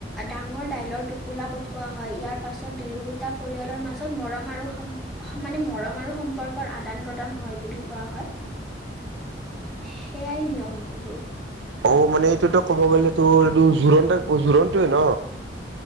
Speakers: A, in the centre; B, on the right.
A: ডাঙৰ দাইলৰ টোপোলা পঠৱা হয়। ইয়াৰ পাছত দুয়োটা পৰিয়ালৰ মাজত মৰম আৰু সমানে মৰম আৰু সম্পৰ্কৰ আদান প্ৰদান হয় বুলি কোৱা হয়। সেইয়াই নিয়ম এইবোৰ।
B: অ' মানে এইটোতো ক'ব গ'লে তো এইটো জোৰণ তাইপ জোৰণটো ন।